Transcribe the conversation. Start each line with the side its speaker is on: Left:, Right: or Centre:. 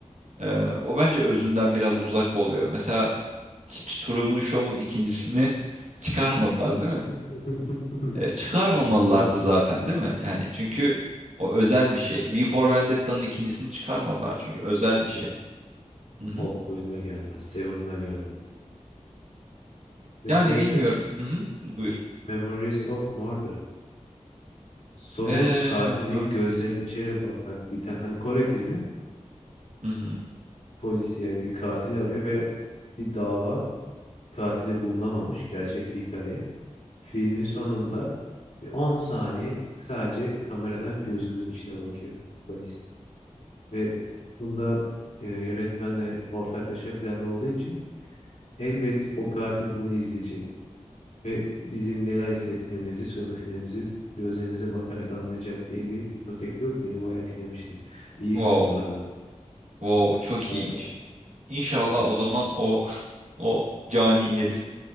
Right: e, o bence özünden biraz uzak oluyor. Mesela hiç Truman Show'un ikincisini <laughs> çıkarmadılar değil mi?
Left: <laughs>
Right: E, çıkarmamalılardı
Left: Aynen öyle.
Right: zaten değil mi? Yani çünkü o özel bir şey. V for Vendetta'nın ikincisini çıkarmadılar çünkü özel
Left: Gelmez.
Right: bir şey. Hı hı.
Left: Oldboy'un da gelmez. Seven da gelmez. Mesela
Right: Yani bilmiyorum.
Left: şey
Right: Hı hı. Buyur.
Left: Memories of Murder. Sonu
Right: Ee,
Left: katilin
Right: görmüştüm.
Left: gözlerinin içeri bakarak biten hani Kore filmi
Right: Hı hı.
Left: polis yani bir katil arıyor ve bir dava katili bulunamamış. Gerçek bir hikaye. Filmin sonunda bir 10 saniye sadece kameradan gözümüzün içine bakıyor polis. Ve bunda e, yönetmenle ortaklaşa plan olduğu için elbet o katil bunu izleyecek. Ve bizim neler hissettiğimizi, söylemek istediğimizi gözlerimize bakarak anlayacak diye bir dipnot ekliyor. Beni bayağı etkilemiştim. İyi
Right: Wow.
Left: film bu arada.
Right: Wow. Çok
Left: Bayağı,
Right: iyiymiş. İnşallah
Left: bayağı
Right: o zaman o <laughs> o cani herif